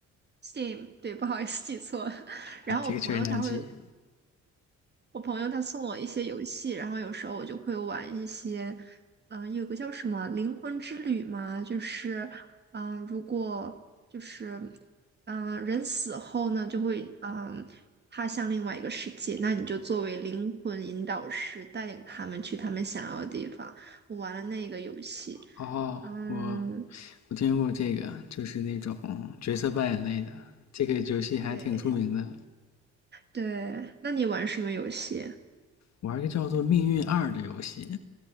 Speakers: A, on the right; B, on the left.
A: ？Steam，对，不好意思记错了。<laughs> 然后我朋友他会，
B: 啊，这个确实难记。
A: 我朋友他送我一些游戏，然后有时候我就会玩一些，嗯、有个叫什么《灵魂之旅》嘛，就是，嗯、如果就是，嗯、人死后呢，就会，嗯、他向另外一个世界，那你就作为灵魂引导师，带领他们去他们想要的地方。我玩了那个游戏，
B: 哦，
A: 嗯，
B: 我我听过这个，就是那种角色扮演类的，这个游戏还挺出名的。
A: 对对，那你玩什么游戏？
B: 玩一个叫做《命运二》的游戏，